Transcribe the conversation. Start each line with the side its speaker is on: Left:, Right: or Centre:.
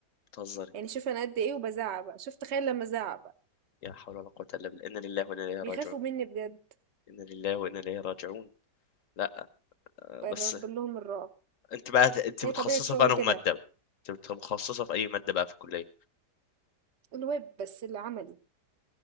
Left: بتهزري
Right: يعني شوف انا قد ايه وبزعق بقى شوف تخيل لما ازعق بقى
Left: يا حول ولا قوه الا بالله انا لله وانا اليه
Right: بيخافوا
Left: راجعون
Right: مني بجد
Left: انا لله وانا اليه راجعون لا آه،
Right: برب
Left: بس
Right: لهم الرعب
Left: انت بقى انت
Right: هي
Left: متخصصه
Right: طبيعة شغلي
Left: في انه
Right: كده
Left: ماده بقى انت بت- متخصصه في اي ماده بقى في الكليه
Right: الويب بس اللي عملي